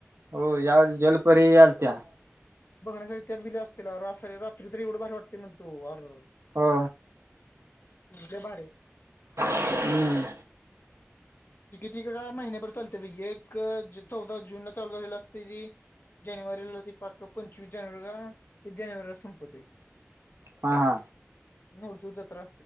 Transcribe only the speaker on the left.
बघण्यासाठी त्यात दिले असतील रात्री तर एवढं भारी वाटते मग तो अर.
लय भारी आहे.
<inaudible> त किती का महिन्याभर चालतेैे एक चौदा जूनला चालू झालेला असते ती. जानेवारीला ते पाक पंचवीस जानेवारीला, ते जानेवारीला संपतय.
नव तू जत्रा